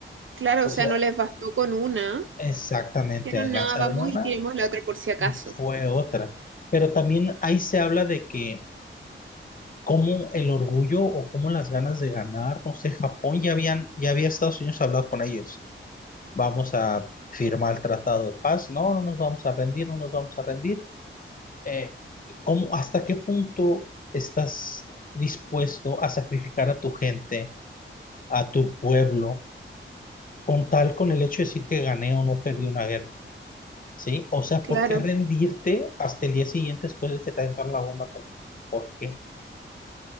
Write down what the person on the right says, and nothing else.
Claro,
o sea,
no les bastó con una,
pero nada,
vamos
y tiremos la otra por si acaso.
Claro.